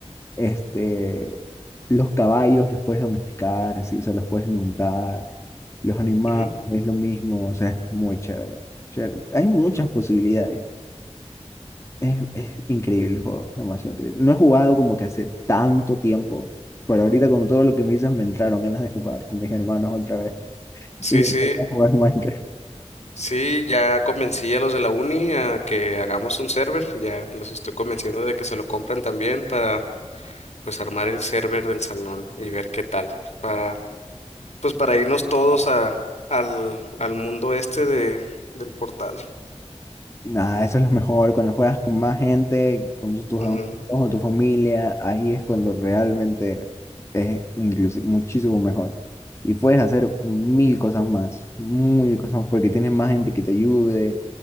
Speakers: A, on the left (about 25°); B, on the left (about 80°).
A: Este, los caballos los puedes domesticar, así, o sea, los puedes montar. Los animales
B: Ujú.
A: es lo mismo, o sea, es muy chévere. chévere. Hay muchas posibilidades. Es, es increíble el juego, demasiado increíble. No he jugado como que hace tanto tiempo, pero ahorita con todo lo que me dices me entraron ganas de jugar con mis hermanos otra vez
B: Sí,
A: y me
B: sí.
A: voy a jugar Minecraft.
B: Sí, ya convencí a los de la uni a que hagamos un server, ya los estoy convenciendo de que se lo compren también para pues armar el server del salón y ver qué tal, para pues para irnos todos a, al, al mundo este de, del portal.
A: Nada, eso es lo mejor. Cuando juegas con más gente, con tus
B: Ujú,
A: amigos o tu familia, ahí es cuando realmente es incluso muchísimo mejor. Y puedes hacer mil cosas más, mil cosas más, porque tienes más gente que te ayude,